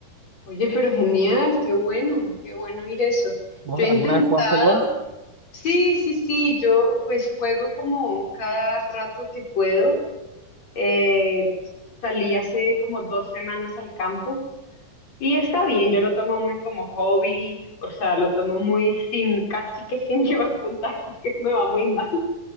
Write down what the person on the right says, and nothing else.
¿Vos
alguna
vez jugaste al golf?